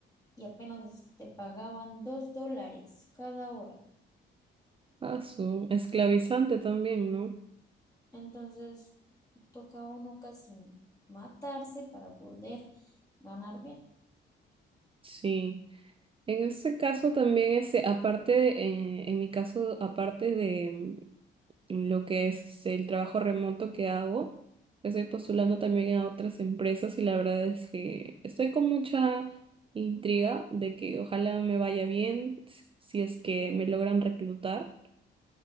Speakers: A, on the left (about 20°); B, on the right (about 25°).
A: y apenas te pagaban dos dólares cada hora.
B: Ah, su esclavizante también, ¿no?
A: Entonces tocaba uno casi matarse para poder ganar bien.
B: Sí. En este caso también, ese, aparte, eh, en mi caso, aparte de, lo que es el trabajo remoto que hago. Estoy postulando también a otras empresas y la verdad es que estoy con mucha intriga de que ojalá me vaya bien s- si es que me logran reclutar,